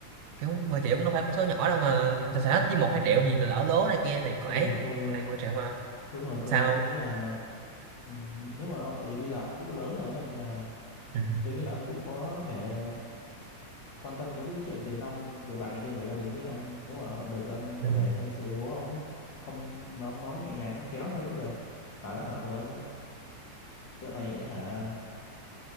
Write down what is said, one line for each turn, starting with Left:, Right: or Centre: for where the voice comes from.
Right: kiểu 10 triệu cũng đâu phải con số nhỏ đâu mà xài hết với một hai triệu thì lỡ lố này kia thì còn
Left: Ê,
Right: ấy
Left: mà tôi
Right: còn
Left: ờ,
Right: này mười triệu mà
Left: đúng rồi tôi
Right: sao
Left: tôi nghĩ là ừm, nếu mà ông tại vì bây giờ ông cũng lớn rồi á, nên là
Right: ừ.
Left: tôi nghĩ là ông cũng có thể quan tâm tới cái chuyện tiền nong tiền bạc này kia của gia đình ấy ông nếu mà được thì ông
Right: Ừ.
Left: có thể tâm sự với bố ông ấy ông mà ông nói nhẹ nhàng nó khéo thôi cũng được bảo là hả ủa giờ này hả